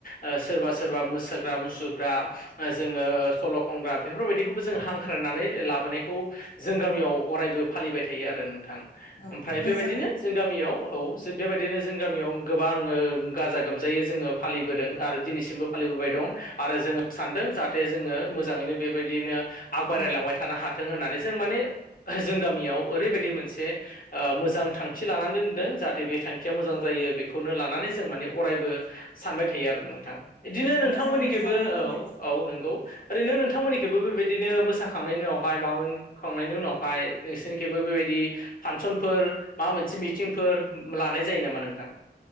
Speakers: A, on the left; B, on the left.
A: ओ सोरबा सोरबा मोसाग्रा मुसुरग्रा जोङो सल' खनग्रा बेफोरबायदि खौबो जों हांख्रायनानै
B: औ
A: लाबोनायखौ जों गामियाव अरायबो फालिबाय थायो आरो नोंथां।
B: औ
A: ओमफ्राय
B: मोजाङानो
A: बेबायदिनो जों गामियाव औ बेबायदिनो जों गामियाव गोबां ओ गाजा गोमजायै जोङो फालिबोदों आरो दिनैसिमबो फालिबोबाय दं। आरो जोङो सानदों जाहाथे जोङो मोजाङैनो बेबायदिनो आग बारायलांबाय
B: औ
A: थानो हाथों होननानै जों माने जों गामियाव ओरैबायदि मोनसे ओ मोजां थांखि लानानै दोनदों जाहाथे बे थां खिया मोजां
B: औ
A: जायो बेखौनो लानानै जों माने अरायबो सानबाय थायो आरो नोंथां। इदिनो
B: औ
A: नोंथांमोननिखैबो
B: मोजाङानो जादों
A: औ
B: बे
A: औ नंगौ ओरैनो नोंथांमोननिखैबो बेबायदिनो मोसाखांनायनि उनावहाय माबा खांनायनि उनावहाय नोंसोरनिखैबो बेबायदि फानसनफोर माबा मोनसे मिटिंफोर लानाय जायो नामा नोंथां?